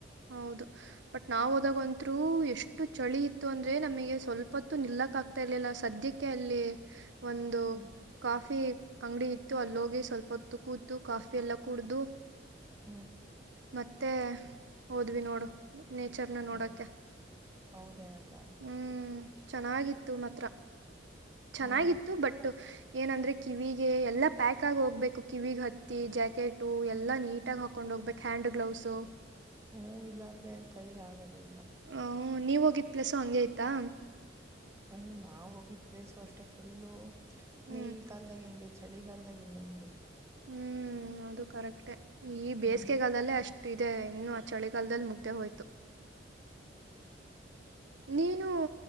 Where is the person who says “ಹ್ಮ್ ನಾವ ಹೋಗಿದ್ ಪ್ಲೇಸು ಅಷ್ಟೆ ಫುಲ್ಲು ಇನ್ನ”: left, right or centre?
Right